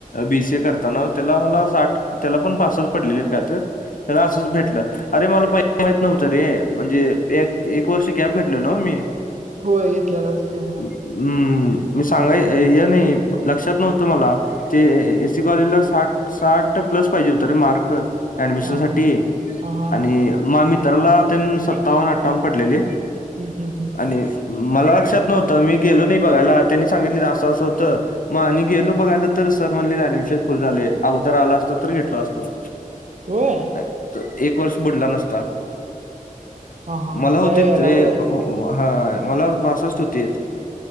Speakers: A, on the left (about 70°); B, on the right (about 55°).
A: बीसीए करताना त्याला मला साठ त्याला पण पासष्ट पडलेलेच काय तर त्याला असंच भेटलं अरे मला पहिला माहित नव्हतं रे म्हणजे एक एक वर्ष गॅप घेतलेलो मी
B: होय घेतलेलास की हा
A: हू मी सांगाय हे नाही लक्षात नव्हतं मला ते एसी कॉलेजला साठ साठ प्लस पाहिजे होते रे मार्क ऍडमिशन
B: हा
A: साठी
B: हा हा हा
A: आणि
B: हा
A: मा मित्राला तेन सत्तावन्न अठ्ठावन्न पडलेले
B: हू हू हू
A: आणि मला लक्षात नव्हतं मी गेलो नाही बघायला त्यांनी सांगितलीत असं असं होतं मग आणि गेलो बघायला तर सर म्हणले ऍडमिशन फुल झालय अगोदर आलं असतास तर घेतलो असतो <inaudible>
B: होय
A: नाही, एक वर्ष बुडला नसता
B: हा हा
A: मला
B: हा
A: होतीत
B: त्या वेळेला
A: रे
B: होय
A: हा मला बासष्ट होतीत